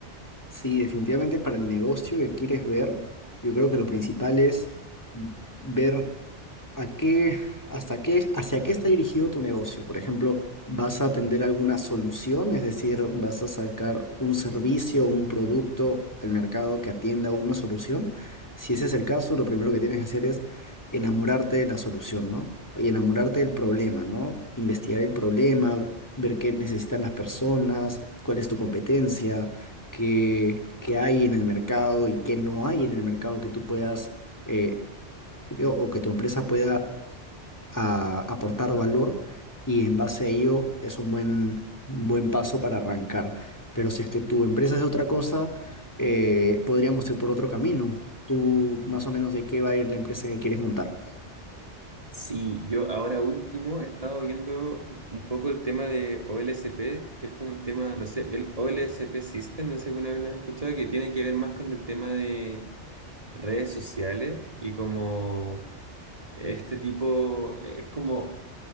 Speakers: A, on the left (about 15°); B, on the right (about 30°).
A: Sí, definitivamente para el negocio que quieres ver, yo creo que lo principal es ver ¿A qué, hasta qué, hacia qué está dirigido tu negocio? Por ejemplo, ¿vas a atender alguna solución? Es decir, ¿vas a sacar un servicio o un producto al mercado que atienda una solución? Si ese es el caso, lo primero que tienes que hacer es enamorarte de la solución, ¿no? Y enamorarte del problema, ¿no? Investigar el problema, ver qué necesitan las personas, cuál es tu competencia, qué, qué hay en el mercado y qué no hay en el mercado que tú puedas... eh, que- o que tu empresa pueda a aportar valor y en base a ello es un buen, un buen paso para arrancar. Pero si es que tu empresa es otra cosa, eh, podríamos ir por otro camino. ¿Tú más o menos de qué va a ir la empresa que quieres montar?
B: Sí, yo ahora último he estado viendo un poco el tema de OLSP, que es como un tema, no sé, el OLSP System, no sé si alguna vez lo has escuchado, que tiene que ver más con el tema de redes sociales y como este tipo, eh, es como